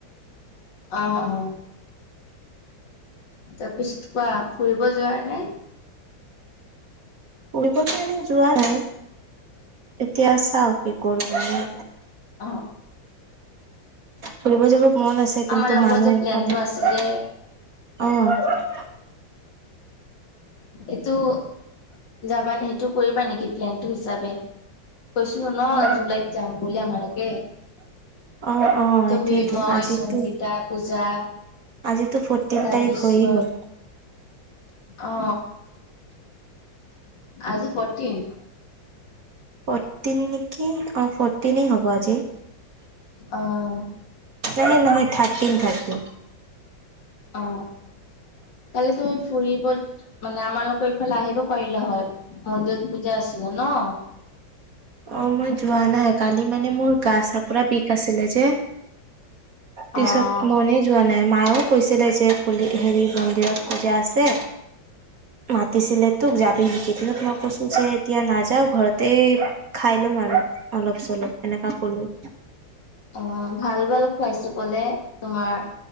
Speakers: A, on the left; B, on the right.
A: অ অ। তাৰপিছত কোৱা ফুৰিব যোৱাৰ নাই।
B: ফুৰিবটো এনে যোৱা নাই এতিয়া চাও কি কৰো মানে
A: অ।
B: ফুৰিব যাব মন আছে
A: আমাৰ
B: কিন্তু
A: লগত
B: মানুহ
A: যে
B: এনেকুৱা
A: প্লেনটো
B: নাই।
A: আছিলে
B: অ।
A: এইটো যাবা নে সেইটো কৰিবা নেকি প্লেনটো হিচাপে। কৈছিলো ন
B: অ
A: জুলাইত যাম বুলি আমালকে।
B: অ অ
A: তুমি,
B: এইটোয়েতো
A: মই,
B: আজিতো
A: সংগীতা, পূজা।
B: আজিতো ফৰ্টিন
A: তাৰপিছত
B: তাৰিখ হৈয়ে গ'ল।
A: অ, আজি ফৰ্টিন।
B: ফটিন নে কি অ ফটিন হব আজি।
A: অ',
B: নাহে নহয় থাৰ্টিন থাৰ্টিন।
A: অ কাইলি তুমি ফুৰিব মানে আমালোকৰ এইফালে আহিব পাৰিলে হয় মন্দিৰত পূজা আছিলে ন।
B: অ মই যোৱা নাই কালি মানে মোৰ গা চাপৰা বিষ আছিলে যে, পিছত
A: অ',
B: মনিজ যোৱা নাই মায়েও কৈছিলে যে পুলি হেৰি মন্দিৰত পূজা আছে। মাতিছিলে তোক যাবি নেকি তহত মই কৈছো যে এতিয়া নাযাও ঘৰতেই খাই ল'ম আৰু অলপ চলপ এনেকুৱা ক'লোঁ।
A: অ ভাল ভাল খুৱাইছো পলে। তোমাৰ